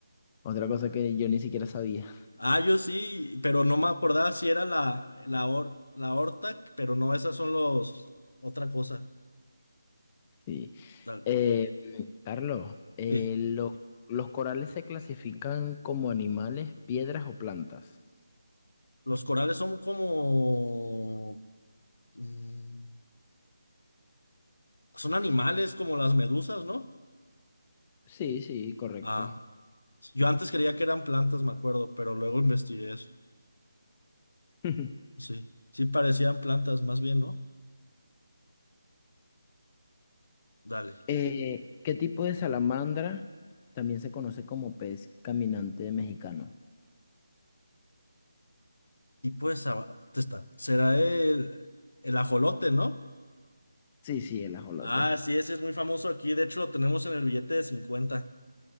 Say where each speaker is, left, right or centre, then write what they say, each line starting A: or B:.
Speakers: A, on the left; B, on the left.
A: otra cosa que yo ni siquiera sabía.
B: Ah, yo sí, pero no me acordaba si era la, la, or la aorta, pero no, esas son los. Otra cosa.
A: Sí.
B: Dale.
A: Eh, Carlos, eh,
B: Sí.
A: lo- ¿los corales se clasifican como animales, piedras o plantas?
B: Los corales son como. mm, son animales como las medusas, ¿no?
A: Sí, sí, correcto.
B: Ah, Yo antes creía que eran plantas, me acuerdo, pero luego investigué eso.
A: <laughs>
B: Sí, sí parecían plantas, más bien, ¿no? Dale.
A: Eh, ¿qué tipo de salamandra también se conoce como pez caminante mexicano?
B: Y pues, ah, te está. Será el, el ajolote, ¿no?
A: Sí, sí, el ajolote.
B: Ah, sí, ese es muy famoso aquí. De hecho, lo tenemos en el billete de 50.